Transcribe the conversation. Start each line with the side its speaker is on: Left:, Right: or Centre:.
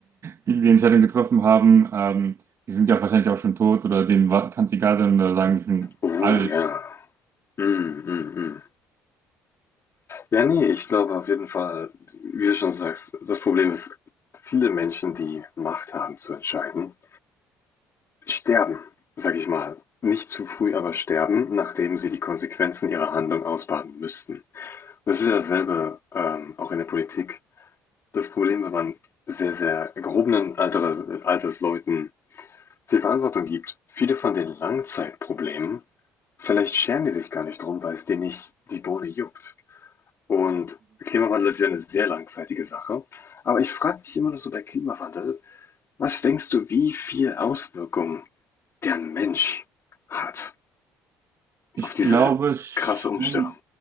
Right: viele, die Entscheidungen getroffen haben, ähm, die sind ja wahrscheinlich auch schon tot oder denen kann es egal sein oder sagen, ich bin
Left: Oh,
Right: alt.
Left: ja. Mhm, mhm, mhm. Ja, ne, ich glaube auf jeden Fall, wie du schon sagst, das Problem ist, viele Menschen, die Macht haben zu entscheiden Sterben, sag ich mal. Nicht zu früh, aber sterben, nachdem sie die Konsequenzen ihrer Handlung ausbaden müssten. Das ist ja dasselbe ähm, auch in der Politik. Das Problem, wenn man sehr, sehr gehobenen Alters, Altersleuten viel Verantwortung gibt, viele von den Langzeitproblemen, vielleicht schämen die sich gar nicht drum, weil es denen nicht die Bohne juckt. Und Klimawandel ist ja eine sehr langzeitige Sache. Aber ich frage mich immer noch so bei Klimawandel, was denkst du, wie viel Auswirkungen der Mensch hat?
Right: Ich
Left: auf diese
Right: glaube schon,
Left: krasse Umstellung.